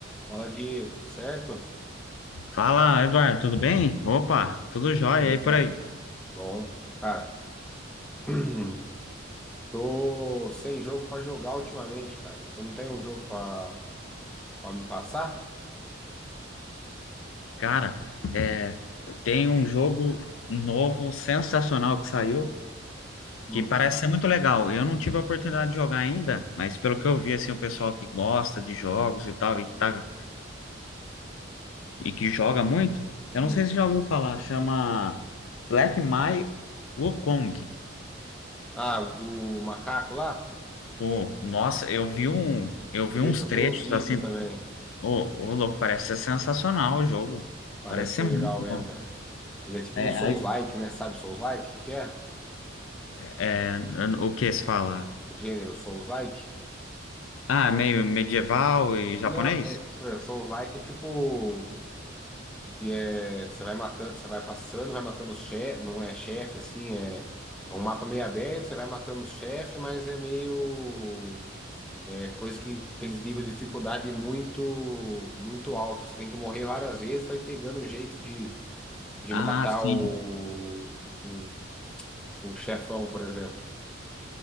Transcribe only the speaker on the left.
Fala, Eduardo, tudo bem? Opa, tudo
jóia aí por aí.
Cara, é, tem um jogo novo, sensacional que saiu,
que parece ser muito legal. Eu não tive a oportunidade de jogar ainda, mas pelo que eu vi, assim, o pessoal que gosta de jogos e tal, e que, tá, e que joga muito, eu
não sei se já ouviu falar, chama Black Mai Wukong.
Pô, nossa, eu vi um, eu vi
uns
trechos
assim,
ô, ô, louco, parece ser sensacional o jogo.
Parece ser
muito
bom.
É,
É, o que se fala?
Ah, meio medieval e japonês?
Ah,
sim.